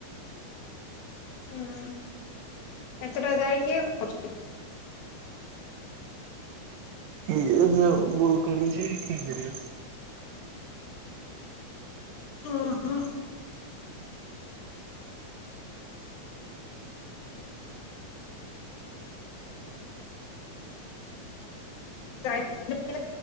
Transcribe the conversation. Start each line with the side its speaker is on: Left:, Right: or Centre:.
Left: ହୁଁ ଏତେଟା ଗାଈ କିଏ କରୁଛି।
Right: ଇଏ ସବୁ ବୋଉ କରୁଛି କିଏ କରିବ।
Left: ଓହୋ। <unintelligible>